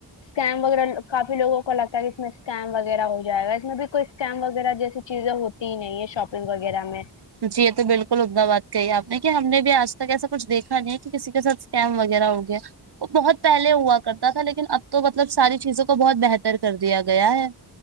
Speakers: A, on the left; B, on the right.
A: سکیم وغیرہ کافی لوگوں کو لگتا ہے کہ اس میں سکیم وغیرہ ہو جائے گا اس میں بھی کوئی سکیم وغیرہ جیسی چیزیں ہوتی ہی نہیں ہے شاپنگ وغیرہ میں
B: جی یہ تو بالکل عمدہ بات کہی آپ نے کہ ہم نے بھی آج تک ایسا کچھ دیکھا نہیں ہے کہ کسی کے ساتھ سکیم وغیرہ ہوگیا وہ بہت پہلے ہوا کرتا تھا لیکن اب تو مطلب ساری چیزوں کو بہت بہتر کر دیا گیا ہے